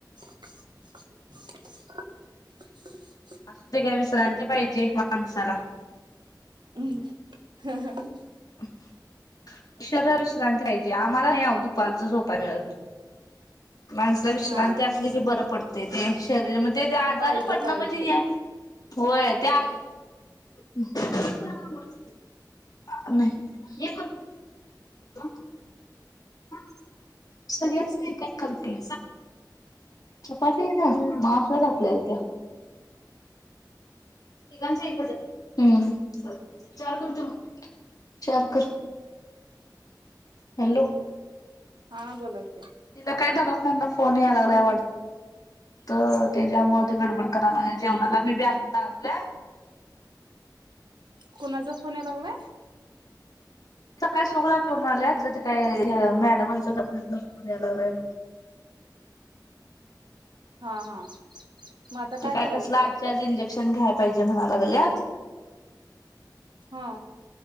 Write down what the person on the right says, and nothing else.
<inaudible>
हम्म <inaudible>
हा
पाहिजे
पाहिजे
हा बोला की
कुणाचा फोन या लागलाय?
हा हा. मग आता
करायचंय
हा